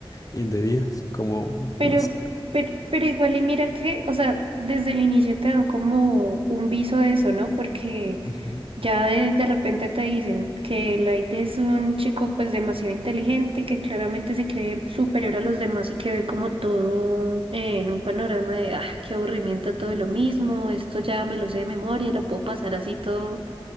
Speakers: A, on the left; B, on the right.
A: indebidas, como...
B: Pero,
A: no sé.
B: pero, pero igual y mira que, o sea, desde el inicio te dan como un viso de eso, ¿no? Porque
A: Ujú,
B: ya de, de repente te dicen que Light es un chico pues demasiado inteligente, que claramente se cree superior a los demás y que ve como todo eh, en un panorama de, ah, qué aburrimiento todo lo mismo, esto ya me lo sé de memoria, lo puedo pasar así todo